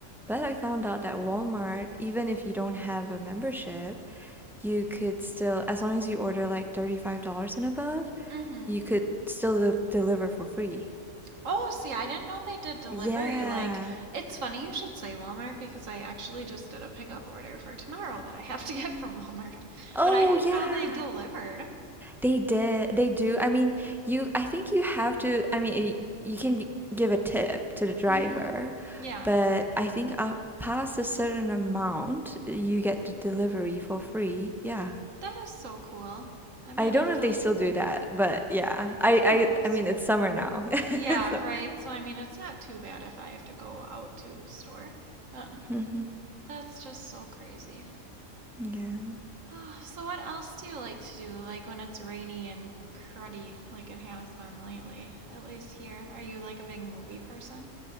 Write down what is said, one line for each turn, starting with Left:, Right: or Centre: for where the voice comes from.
Centre: but I found out that Walmart, even if you don't have a membership, you could still, as long as you order like $35 and above,
Right: Mm-hmm.
Centre: you could still de deliver for free.
Right: Oh, see, I didn't know they did delivery.
Centre: Yeah.
Right: Like, it's funny you should say Walmart because I actually just did a pickup order for tomorrow that I have to get from Walmart.
Centre: Oh,
Right: But I didn't
Centre: yeah.
Right: know they delivered.
Centre: They did. They do. I mean, you, I think you have to, I mean, y- you can g- give a tip to the driver,
Right: Mm-hmm. Yeah,
Centre: but I think up past a certain amount, you get the delivery for free. Yeah.
Right: that is so cool. I might
Centre: I don't
Right: have
Centre: know
Right: to
Centre: if they
Right: look
Centre: still
Right: into
Centre: do
Right: that.
Centre: that, but yeah. I
Right: Who
Centre: I
Right: knows?
Centre: I mean, it's summer now. <laughs>
Right: Yeah,
Centre: So,
Right: right. So I mean, it's not too bad if I have to go out to the store. Uh,
Centre: Mhm.
Right: that's just so crazy. <sighs>
Centre: yeah.
Right: Oh, so what else do you like to do? Like when it's rainy and cruddy, like it has been lately, at least here. Are you like a big movie person?